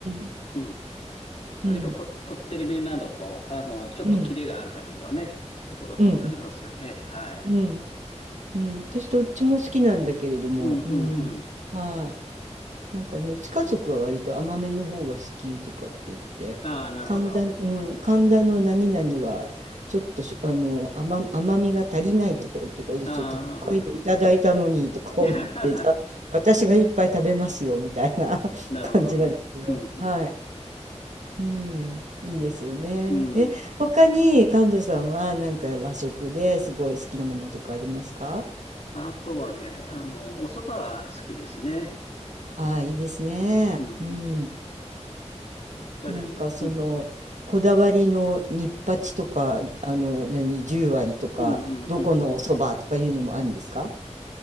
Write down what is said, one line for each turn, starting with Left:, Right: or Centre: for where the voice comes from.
Right: ん
Left: ー、うん。割とこ、
Right: うん。うん。
Left: こってりめなのと、あの、ちょっとキレがある感じのね、
Right: うん
Left: ところとありますよね。
Right: うん
Left: はい。
Right: うん。うん。うん、私どっちも好きなんだけれども、
Left: うんうんうん。
Right: うん、はい、なんかね、うち家族は割と甘めの方が好きとかって言って、
Left: ああ、なるほど。
Right: 神田、
Left: あ
Right: うん、神田の何々はちょっとしあの甘、甘みが足りないとか言ってるから、いや、
Left: あ、
Right: ちょっと高いのいただいたのにとか思って、
Left: <laughs>
Right: じゃあ私がいっぱい食べますよみたいな <laughs>
Left: なるほどね。
Right: 感じなんですけど、
Left: うん、う
Right: はい、うん、いいですよね。
Left: ん。うん。
Right: え、他に神田さんはなんか和食ですごい好きなものとかありますか
Left: あとはね、あの、お蕎麦は好きですね。
Right: ああ、いいですね。
Left: うん。
Right: うん。
Left: やっぱり、
Right: なんかその、
Left: うん、
Right: こだわりのニッパチとか、あの、何、十割とか、
Left: うん、うん、
Right: どこのお蕎麦とかいうのもあるんですか
Left: うん。